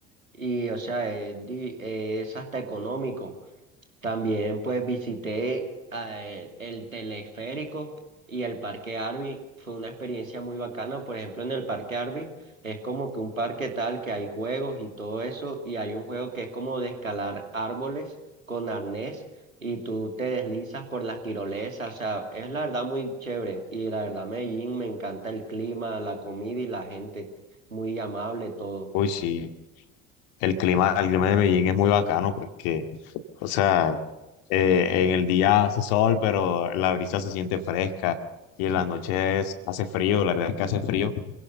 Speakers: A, on the right (about 80°); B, on the left (about 60°).
A: y, o sea, es, di- es hasta económico. También pues visité eh, el teleférico y el Parque Arby. Fue una experiencia muy bacana. Por ejemplo, en el Parque Arby es como que un parque tal que hay juegos y todo eso. Y hay un juego que es como de escalar árboles con arnés y tú te deslizas por las tirolesas. O sea, es la verdad muy chévere. Y la verdad, Medellín me encanta el clima, la comida y la gente. Muy amable todo.
B: Uy, sí, el clima, el clima de Medellín es muy bacano porque, o sea, eh, en el día hace sol, pero la brisa se siente fresca y en las noches hace frío, la verdad es que hace frío.